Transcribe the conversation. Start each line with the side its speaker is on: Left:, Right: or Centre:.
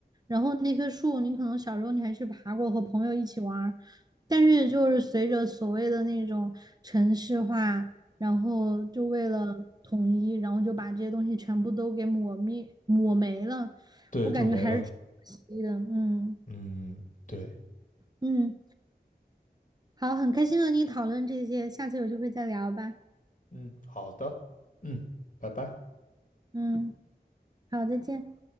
Right: 然后那棵树，你可能小时候你还去爬过，和朋友一起玩儿但是就是随着所谓的那种城市化，然后就为了统一，然后就把这些东西全部都给抹灭抹没了。
Left: 对，
Right: 我感觉还是挺。
Left: 就没了。
Right: 是的，嗯
Left: 嗯，对，
Right: 嗯，好，很开心和你讨论这些，下次有机会再聊吧。
Left: 嗯，好的，嗯，拜拜。
Right: 嗯，好，再见。